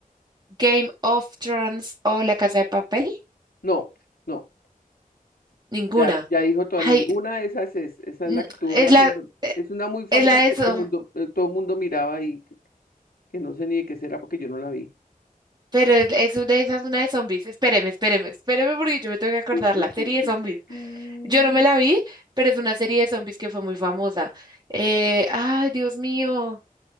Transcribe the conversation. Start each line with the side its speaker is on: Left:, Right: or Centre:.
Right: Game of Thrones o La Casa de Papel.
Left: No, no.
Right: Ninguna.
Left: Ya, ya dijo toda,
Right: Ay,
Left: ninguna de esas es. Esa
Right: n-
Left: es la que tuvo
Right: es
Left: más.
Right: la,
Left: en-
Right: eh,
Left: Es una muy famosa
Right: es la de
Left: que
Right: zom-
Left: todo mundo, eh, todo mundo miraba y que que no sé ni de qué será porque yo no la vi.
Right: pero es es de esas una de zombies. Espéreme, espéreme, espéreme porque yo me tengo que acordar
Left: Tu, tu,
Right: la serie
Left: tu,
Right: de
Left: tu,
Right: zombies.
Left: tu, tu.
Right: Yo no me la vi, pero es una serie de zombies que fue muy famosa. Eh, ay, Dios mío.